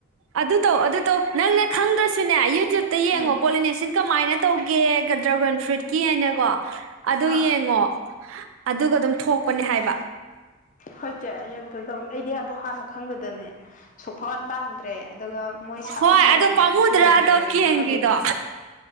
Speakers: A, on the right; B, on the left.
A: ꯑꯗꯨ ꯇꯧ ꯑꯗꯨ ꯇꯧ ꯅꯪ ꯅ ꯈꯪꯗ꯭ꯔꯁꯨꯅꯦ ꯌꯨꯠ ꯇꯨꯞꯗ ꯌꯦꯡꯉꯣ
B: ꯎꯝ
A: ꯄꯣꯂꯤꯅꯦꯁꯟ ꯀꯃꯥꯏꯅ ꯇꯧꯒꯦ ꯗ꯭ꯔꯥꯒꯟ ꯐ꯭ꯔꯨꯏꯠꯀꯤ ꯍꯥꯏꯅꯀꯣ ꯑꯗꯨ
B: ꯑꯥ
A: ꯌꯦꯡꯉꯣ ꯑꯗꯨꯒ ꯑꯗꯨꯝ ꯊꯣꯛ ꯄꯅꯦ ꯍꯥꯏꯕ
B: ꯍꯣꯏꯆꯦ ꯑꯩ ꯑꯝꯇ ꯇꯧꯒꯦ ꯑꯩꯗꯤ ꯑꯗꯣ ꯍꯥꯟꯅ ꯈꯪꯗꯥꯗꯅꯦ ꯁꯣꯛꯐꯥꯟ ꯄꯥꯟꯗ꯭ꯔꯦ ꯑꯗꯨꯒ ꯃꯣꯏ ꯁꯥꯠꯂꯝꯃꯒꯅꯦ
A: ꯍꯣꯏ ꯑꯗꯣ ꯄꯥꯝꯃꯨꯗ꯭ꯔꯥ
B: ꯀꯦꯟꯒ꯭ꯔꯦꯅ
A: ꯑꯗꯣ ꯀꯦꯟꯒ꯭ꯔꯤꯗꯣ
B: ꯑꯗꯨꯅꯦ